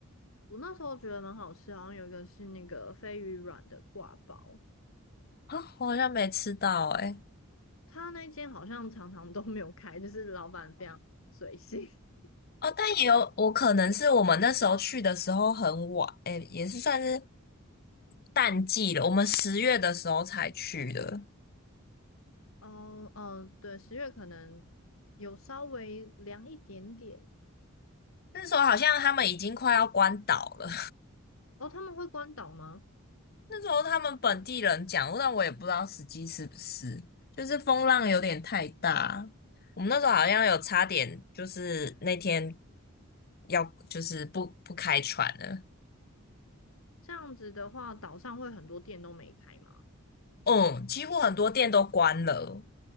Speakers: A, on the left; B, on the left.
A: 我那时候觉得蛮好吃，好像有一个是那个飞鱼软的挂包，
B: 啊，我好像没吃到诶、欸
A: 他那间好像常常都没有开，就是老板非常随性。<laughs>
B: 哦，但也有我可能是我们那时候去的时候很晚，哎，也是算是淡季了，我们十月的时候才去的，
A: 哦，嗯，对，十月可能有稍微凉一点点。
B: 那时候好像他们已经快要关岛了。
A: 哦，他们会关岛吗？
B: 那时候他们本地人讲，但我也不知道实际是不是，就是风浪有点太大。我们那时候好像有差点，就是那天要就是不不开船了。
A: 这样子的话，岛上会很多店都没开吗？
B: 嗯，几乎很多店都关了，